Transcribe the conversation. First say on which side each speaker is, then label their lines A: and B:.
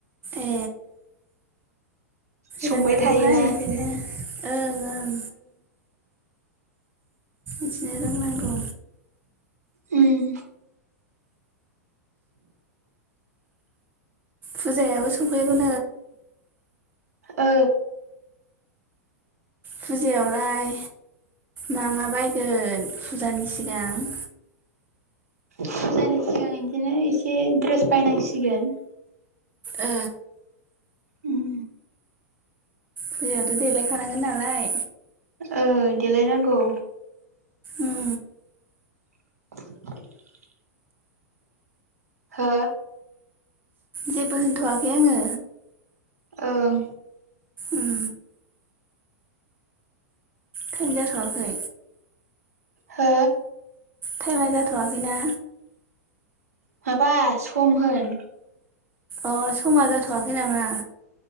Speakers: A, on the right; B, on the right.
A: ए
B: संबाय
A: रोंनांगौहाय
B: थायोना
A: इदिनो ओं ओं। इदिनो रोंनांगौ।
B: उम।
A: फुजायाबो सौफैयागोन।
B: ओ।
A: फुजायावलाय मा मा बायगोन फुजानि सिगां?
B: फुजानि सिगां इदिनो एसे ड्रेस बायनांसिगोन।
A: ओ।
B: उम।
A: फुजायावथ' देलायखानांगोन नालाय।
B: ओ देलायनांगौ।
A: उम
B: <inaudible> हो?
A: जेबो होनथ'वाखै आङो।
B: ओं।
A: उम टाइम जाथ'वाखै।
B: हो?
A: थाइमा जाथ'आखैना।
B: माबा सम होन।
A: अ समा जाथ'वाखै नामा?